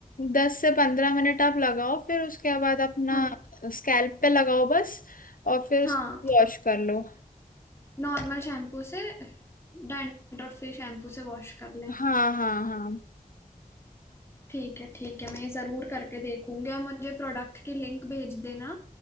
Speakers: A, on the left; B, on the left.
A: दस से पंद्रह मिनट आप लगाओ फिर उसके बाद अपना
B: हम्म
A: स्कैल्प पे लगाओ बस और फिर उसको
B: हाँ
A: वॉश कर लो
B: नॉर्मल शैम्पू से डैंड्रफ फ्री शैम्पू से वॉश कर लें
A: हाँ हाँ हाँ
B: ठीक है ठीक है मैं ये जरूर करके देखूंगी और मुझे प्रोडक्ट की लिंक भेज देना